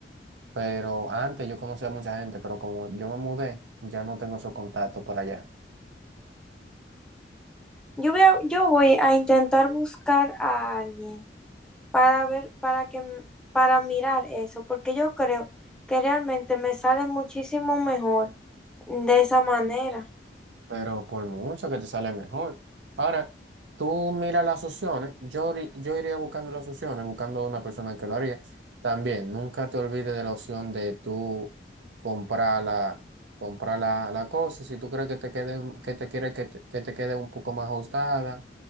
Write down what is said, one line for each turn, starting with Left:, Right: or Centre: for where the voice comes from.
Right: Pero antes yo conocía a mucha gente, pero como yo me mudé, ya no tengo esos contactos por allá.
Centre: Yo voy a- yo voy a intentar buscar a alguien para ver, para que, m- para mirar eso, porque yo creo que realmente me sale muchísimo mejor de esa manera.
Right: pero por mucho que te sale mejor. Ahora, tú mira las opciones, yo, iri- yo iría buscando las opciones, buscando una persona que lo haría. También, nunca te olvides de la opción de tú comprar la, comprar la, la cosa, y si tú crees que te quede, que te quiere que te, que te quede un poco más ajustada